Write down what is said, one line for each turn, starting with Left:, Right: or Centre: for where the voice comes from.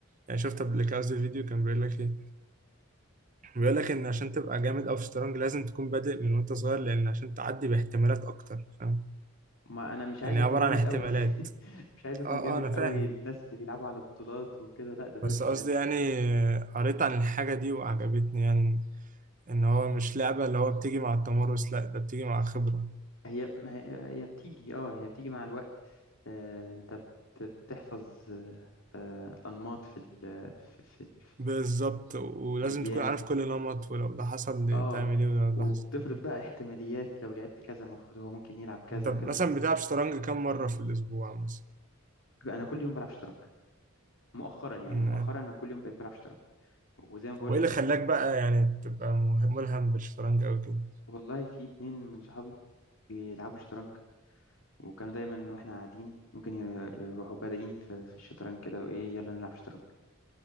Right: يعني شفت قبل كده قصدي فيديو كان بيقول لك إيه بيقول لك إن عشان تبقى جامد أوي في الشطرنج لازم تكون بادئ من وأنت صغير لأن عشان تعدي باحتمالات أكتر فاهم
Left: ما أنا مش عايز
Right: يعني
Left: أكون
Right: عبارة
Left: جامد
Right: عن احتمالات
Left: قوي <laughs> مش عايز أكون
Right: اه
Left: جامد
Right: اه أنا
Left: قوي
Right: فاهم
Left: للناس اللي بيلعبوا على بطولات وكده لا ده دول
Right: بس قصدي يعني آه، قريت عن الحاجة دي وعجبتني يعني إن هو مش لعبة اللي هو بتيجي مع التمرس لأ ده بتيجي مع خبرة
Left: هي ما هي هي بتيجي اه هي بتيجي مع الوقت آه انت بت- بتحفظ آه آه، انماط في ال في في, ال-
Right: بالظبط ولازم
Left: في الاجيام
Right: تكون عارف كل نمط ولو ده حصل
Left: اه
Right: تعمل إيه ولو
Left: وبتفرض
Right: ده حصل تعمل إيه
Left: بقى احتماليات لو لعبت كذا المفروض هو ممكن يلعب كذا
Right: أنت مثلا
Left: وكده فهي
Right: بتلعب شطرنج كام مرة في الأسبوع مثلا؟
Left: بقى انا كل يوم بلعب شطرنج مؤخرا يعني
Right: مم.
Left: مؤخرا انا كل يوم بقيت بلعب شطرنج وزي ما بقول
Right: طب وإيه
Left: لك
Right: اللي خلاك بقى يعني تبقى مه- ملهم بالشطرنج أوي كده؟
Left: والله في اتنين من صحابي بيلعبوا شطرنج وكانوا دايما واحنا قاعدين ممكن ي- يروحوا بادئين في في الشطرنج كده وايه يلا نلعب شطرنج